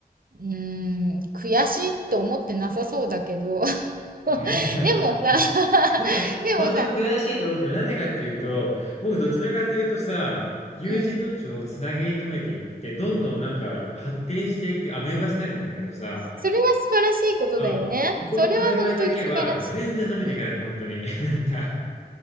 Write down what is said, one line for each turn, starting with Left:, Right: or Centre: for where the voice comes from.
Right: うん悔しいと思ってなさそうだけど <laughs>
Left: <laughs>
Right: でもさ
Left: いや、違う。
Right: <laughs>
Left: ほんと、
Right: でもさ、
Left: ほんと悔しいと思ってる。なんでかっていうと、僕どちらかというとさ、友人同士をつなぎ止めていって、
Right: うん、うん、
Left: どんどんなんか発展していくアメーバスタイルなんだけどさ、
Right: それは素晴らしいことだよね。
Left: そう、ここの界隈だけは全然伸びていかないの、
Right: それは本当に素晴らしい。
Left: 本当に。<laughs> なんか、